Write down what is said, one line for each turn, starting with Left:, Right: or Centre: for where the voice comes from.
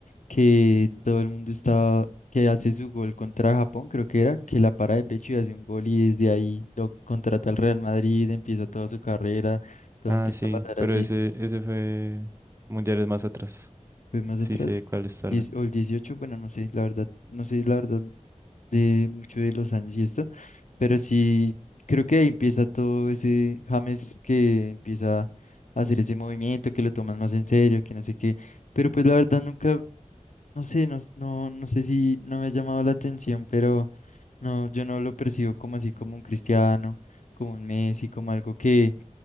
Left: que todo el mundo estaba, que hace su gol contra Japón, creo que era, que la para de pecho y hace un gol y desde ahí lo contrata el Real Madrid, empieza toda su carrera, todo
Right: Ah,
Left: empieza
Right: sí,
Left: a pasar
Right: pero
Left: así.
Right: ese, ese fue mundiales más atrás.
Left: Pues más
Right: Sí
Left: atrás,
Right: sé de cuál está hablando.
Left: diez- o el 18, bueno, no sé, la verdad, no sé la verdad de mucho de los años y esto, pero sí creo que ahí empieza todo ese James que empieza a hacer ese movimiento, que lo toman más en serio, que no sé qué, pero pues la verdad nunca No sé, no, no, no sé si no me ha llamado la atención, pero no, yo no lo percibo como así, como un cristiano, como un Messi, como algo que